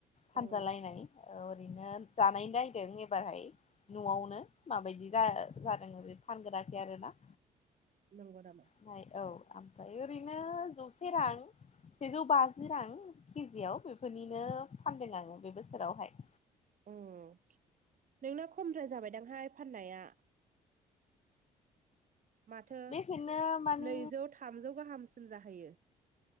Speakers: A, on the left; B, on the right.
A: फानजालायनाय
B: औ
A: औ ओरैनो जानाय नायदों एबारहाय न'आवनो माबायदि जा जादों ओरै फानगोराखै आरोना
B: नंगौ नामा?
A: फाय औ ओमफाय ओरैनो जौसे रां सेजौ बाजि रां किजियाव बेफोरनिनो फानदों आङो बे बोसोरावहाय
B: उम नोंना खमद्राय जाबायदांहाय फाननाया माथो
A: बेसेनो माने
B: नैजौ थामजौ गाहामसिम जाहैयो